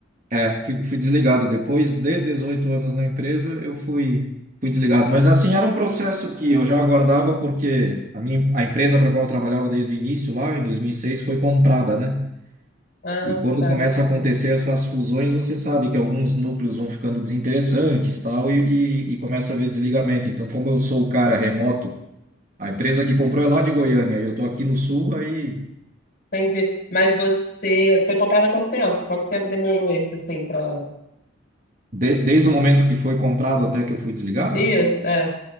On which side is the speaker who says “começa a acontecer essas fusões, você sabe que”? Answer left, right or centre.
Right